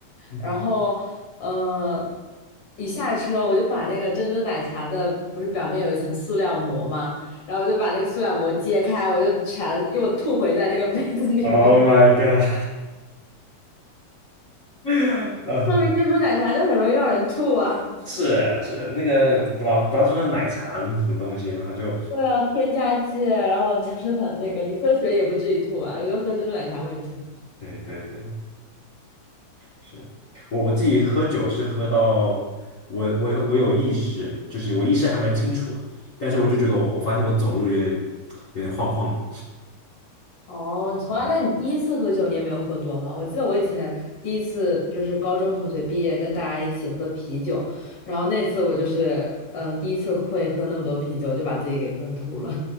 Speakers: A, on the left (about 85°); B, on the left (about 50°).
A: 嗯
B: 然后呃，
A: <laughs>
B: 一下车我就把那个珍珠奶茶的不是表面有一层塑料膜嘛，然后我就把那个塑料膜揭开，我就全又吐回在那个杯子里面，
A: Oh my
B: <laughs>
A: god！<laughs> 然后
B: 说明珍珠奶茶就很容易让人吐啊。
A: 是啊是啊那个不知道不知道是不是奶茶什么东西，然后就
B: 对啊，添加剂，然后就是很那个，你喝水也不至于吐吧？觉得喝珍珠奶茶会吐。
A: 对对对，是我我自己喝酒是喝到我我有我有意识，就是我意识还蛮清楚的，但是我就觉得我我发现我走路有点有点晃晃的。
B: 哦，你从来，
A: <laughs>
B: 那你第一次喝酒你也没有喝多吗？我记得我以前第一次就是高中同学毕业跟大家一起喝啤酒，然后那次我就是嗯、呃第一次会喝那么多啤酒，就把自己给喝吐了。